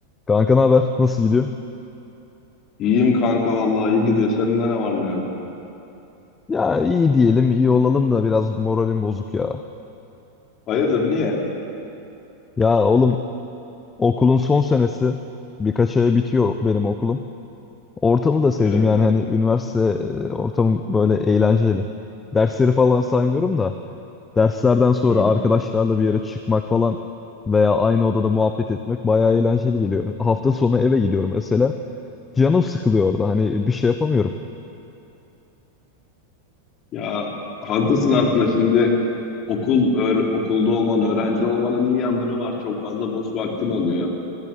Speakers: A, on the left; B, on the left.
A: Kanka ne haber? Nasıl gidiyor?
B: İyiyim kanka vallahi iyi gidiyor. Senin ne var ne yok.
A: Ya iyi diyelim, iyi olalım da biraz moralim bozuk ya.
B: Hayırdır niye?
A: Ya oğlum okulun son senesi birkaç aya bitiyor benim okulum. Ortamı da sevdim
B: Evet.
A: yani hani üniversite e, ortamı böyle eğlenceli. Dersleri falan saymıyorum da derslerden sonra
B: Hı.
A: arkadaşlarla bir yere çıkmak falan veya aynı odada muhabbet etmek bayağı eğlenceli geliyor. Hafta sonu eve gidiyorum mesela. Canım sıkılıyor orada hani bir şey yapamıyorum.
B: Ya haklısın aslında şimdi okul öğ- okulda olman, öğrenci olmanın iyi yanları var. Çok fazla boş vaktin oluyor.